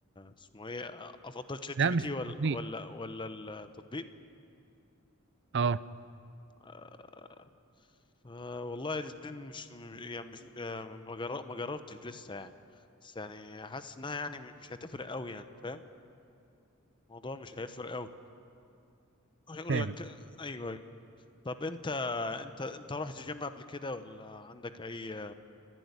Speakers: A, on the left; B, on the right.
A: اسمه ايه افضل شات
B: لا
A: جي بي
B: مش
A: تي
B: التطبيق
A: ولا ولا ولا التطبيق
B: اه
A: آه آه، والله الاثنين مش يعني مش آه، ما جر- ما جربتش لسه يعني بس يعني حاسس انها يعني مش هتفرق قوي يعني فاهم الموضوع مش هيفرق قوي هيقول
B: فاهم.
A: لك ايوه ايوه طب انت انت انت رحت جيم قبل كده ولا عندك اي